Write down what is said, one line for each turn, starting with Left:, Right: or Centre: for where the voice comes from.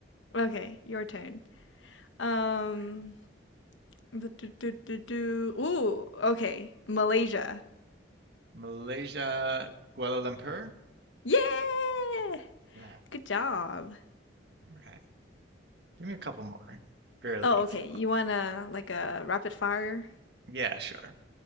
Left: Okay, your turn. Um,
Right: All right.
Left: but do do do do. Ooh, okay, Malaysia.
Right: Malaysia, Kuala Lumpur.
Left: Yeah,
Right: Yeah.
Left: good job.
Right: All Right. Give me a couple more right? fairly
Left: Oh,
Right: easy
Left: okay. You
Right: ones.
Left: want to like a rapid fire?
Right: Yeah, sure.